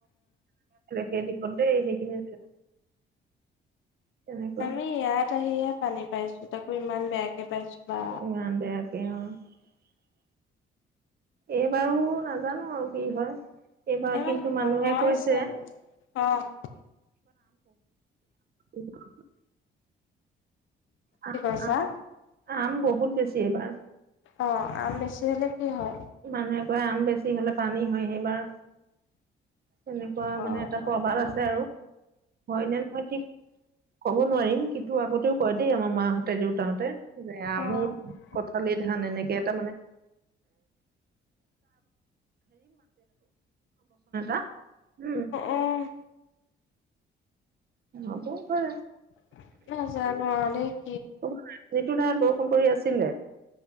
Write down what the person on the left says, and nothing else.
আমি ইয়াত আহিহে পানী পাইছো তাকো ইমান বেয়াকে পাইছো
বা।
ইমান
নহয়
চাগে। অ'
কি কৰিছা
অ আম বেছি হলে কি হয়
অ'
অ'
অ'
অ'
<unintelligible>